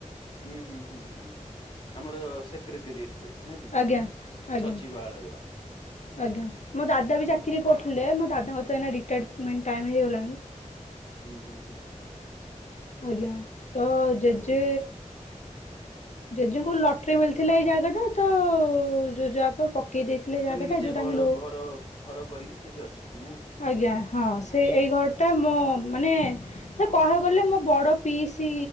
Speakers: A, on the left; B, on the left.
A: ହୁଁ, ହୁଁ, ହୁଁ, ହୁଁ, ହୁଁ ଆମର ସେକ୍ରେଟ୍ରେରୀଏରେ ନାଁ କି?
B: ଆଜ୍ଞା
A: ସଚିବାଳୟ।
B: ଆଜ୍ଞା ଆଜ୍ଞା ମୋ ଦାଦା ବି ଚାକିରି କରୁଥିଲେ ମୋ ଦାଦଙ୍କର ଏଇନା ରିଟାର୍ଡ଼ମେଣ୍ଟ ଟାଇମ୍ ହେଇଗଲାଣି।
A: ହୁଁ, ହୁଁ, ହୁଁ।
B: ଆଜ୍ଞା, ତ ଜେଜେ
A: ଆଉ
B: ଜେଜଙ୍କୁ ଲଟ୍ରି ମିଳିଥିଲା ଏଇ ଜାଗାଟା ତ ଜୋଜବାପା ପକେଇ ଦେଇ ଥିଲେ ଜାଗାଟା
A: ମାନେ ନିଜେ
B: ଯୋଉଟା
A: ଘର
B: ଆମେ ରହୁ,
A: ଘର ଘର କରିକି ସେଇଠି ଅଛନ୍ତି ନାଇଁ କି?
B: ଆଜ୍ଞା ହଁ ସେ
A: ବସ୍
B: ଏଇ ଘର ଟା ମୋ ମାନେ ସେ କହିବାକୁ ଗଲେ ମୋ ବଡ ପିଇସି